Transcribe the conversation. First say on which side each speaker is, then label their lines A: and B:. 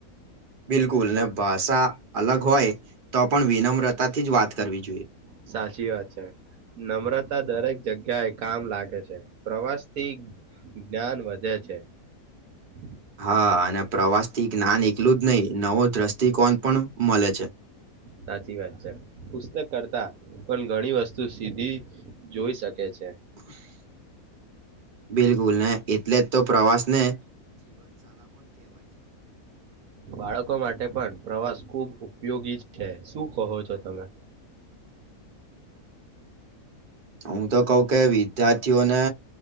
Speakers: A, on the right (about 40°); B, on the right (about 75°).
A: બિલકુલ ને ભાષા અલગ હોય તો પણ વિનમ્રતાથી જ વાત કરવી જોઈએ.
B: સાચી વાત છે. નમ્રતા દરેક જગ્યા એ કામ લાગે છે, પ્રવાસ થી જ્ઞાન વધે છે. છે.
A: હા! અને પ્રવાસથી જ્ઞાન એકલું જ નઈ નવો દ્રષ્ટિકોણ પણ મલે છે.
B: સાચી વાત છે પુસ્તક કરતા પણ ઘણી વસ્તુ સીધી જોઈ શકે છે.
A: <unintelligible> બિલકુલ ને એટલેજ તો પ્રવાસ ને
B: બાળકો માટે પણ પ્રવાસ ખુબ ઉપયોગી છે. શું કહો છો તમે? <inaudible>
A: હું તો કઉ કે વિદ્યાર્થીઓને